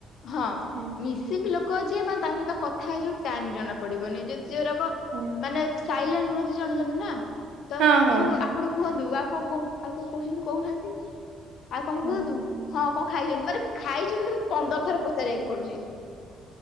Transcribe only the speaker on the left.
ହଁ,
ମିସିଂ ଲୋ କ ଯିଏ ମାନେ ତାଙ୍କ ସହିତ କଥା ହେଇଯିବୁ, ଟାଇମ୍ ଜଣା ପଡିବନି। ଯଦି ଯୋଉରାକ
ମାନେ ସାଇଲେଣ୍ ରୁହନ୍ତି! ଜଣେ ଜଣେ ନା ତ,
କହିବୁ ଆପଣ କୁହନ୍ତୁ, କଣ କୁହ? ଆଉ କଣ କହୁଛନ୍ତି କହୁନାହାଁନ୍ତି? ଆଉ କଣ
କୁହନ୍ତୁ? ହଁ, କ ଖାଇଛନ୍ତି! ମାନେ ଖାଇଛନ୍ତି, ମାନେ ପନ୍ଦର ଥର ପଚାରିବାକୁ ପଡୁଛି।